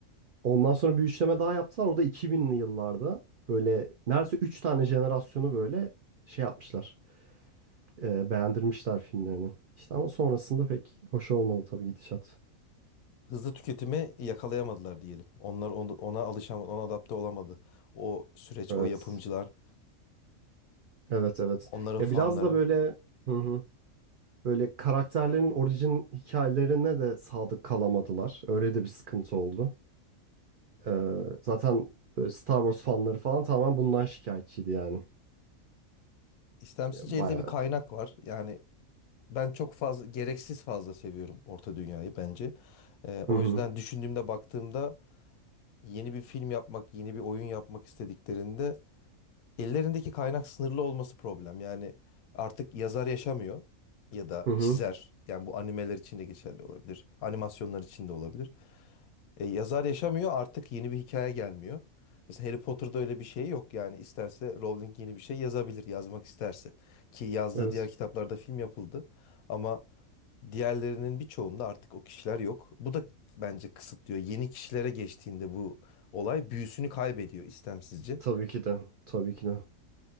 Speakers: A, on the right; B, on the left.
A: Ondan sonra bir üçleme daha yaptılar. O da 2000'li yıllarda. Böyle neredeyse 3 tane jenerasyonu böyle şey yapmışlar. e, beğendirmişler filmlerini. İşte ama sonrasında pek hoş olmadı tabii gidişat.
B: Hızlı tüketimi yakalayamadılar diyelim. Onlar onu- ona alışamadı, ona adapte olamadı. O süreç,
A: Evet.
B: o yapımcılar,
A: Evet evet.
B: onların
A: Ya
B: fanları.
A: biraz da böyle hı hı, böyle karakterlerin orijin hikayelerine de sadık kalamadılar. Öyle de bir sıkıntı oldu. Ee, zaten böyle Star Wars fanları falan tamamen bundan şikayetçiydi yani.
B: İstemsizce
A: Ya, Bayağı.
B: elde bir kaynak var. Yani Ben çok fazla gereksiz fazla seviyorum Orta Dünya'yı bence. Ee,
A: Hı
B: o
A: hı.
B: yüzden düşündüğümde baktığımda yeni bir film yapmak, yeni bir oyun yapmak istediklerinde ellerindeki kaynak sınırlı olması problem. Yani artık yazar yaşamıyor ya da
A: Hı hı.
B: çizer. Yani bu animeler için de geçerli olabilir. Animasyonlar için de olabilir. E, yazar yaşamıyor artık yeni bir hikaye gelmiyor. Mesela Harry Potter'da öyle bir şey yok. Yani isterse Rowling yeni bir şey yazabilir yazmak isterse. Ki yazdığı
A: Evet.
B: diğer kitaplarda film yapıldı. Ama diğerlerinin birçoğunda artık o kişiler yok. Bu da bence kısıtlıyor. Yeni kişilere geçtiğinde bu olay büyüsünü kaybediyor istemsizce.
A: Tabii ki de. Tabii ki de.